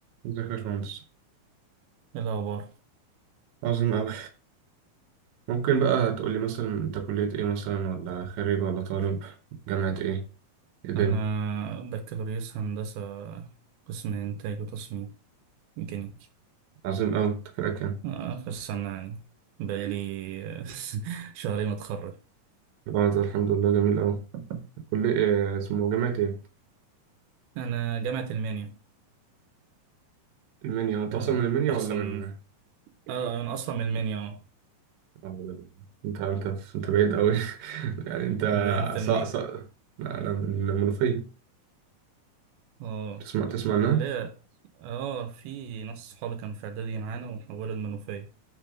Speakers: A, on the right; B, on the right.
A: ازيك يا باشمهندس
B: إيه الأخبار
A: عظيم أوي ممكن بقى تقولي مثلا أنت كلية إيه مثلا ولا خريج ولا طالب جامعة إيه إيه الدنيا
B: أنا بكالوريوس هندسة قسم إنتاج وتصميم ميكانيكي
A: عظيم أوي أنت فرقك كام
B: آخر سنة يعني بقالي <laughs> شهرين متخرج
A: اه ده الحمد لله جميل أوي كلية إيه اسمه جامعة إيه
B: أنا جامعة ألمانيا
A: المنيا أنت
B: آه،
A: أصلا من المنيا
B: أحسن
A: ولا من
B: آه أنا أصلا من ألمانيا أه
A: أو- أنت أنت أنت بعيد أوي <laughs> يعني أنت
B: ليه أنت منين؟
A: صا صا لا، أنا من المنوفية
B: أه
A: تسمع تسمع عنها
B: ليه أه في ناس صحابي كانوا في إعدادي معانا وحولوا المنوفية